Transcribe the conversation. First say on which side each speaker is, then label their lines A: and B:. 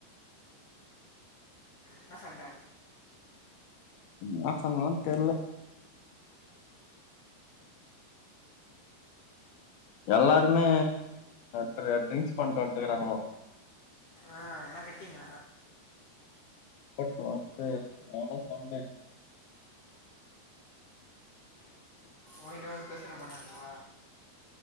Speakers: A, on the left (about 55°); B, on the left (about 70°).
A: இன்னா சண்ட
B: இன்னா சண்டன்லா தெர்ல எல்லாருமே ட்ரு ட்ரிங்க்ஸ் பண்ணிட்டு வந்துட்ருக்கானுவோ
A: ஆ எல்லா கட்டிங்க
B: <inaudible> சண்டே
A: ஓங்கிட்ட வந்து பிரச்சனை போனாங்களா